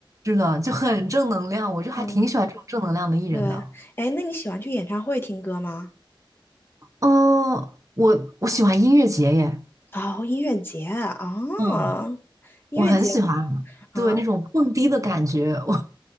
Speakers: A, on the right; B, on the left.
A: 是的，就很正能量，我就还挺喜欢这种正能量的艺人的。
B: 嗯，对。哎，那你喜欢去演唱会听歌吗？
A: 嗯，我我喜欢音乐节耶，
B: 哦，音乐节啊，
A: 嗯，
B: 音乐节
A: 我很喜欢，
B: 啊，
A: 对那种蹦迪的感觉，<laughs> 我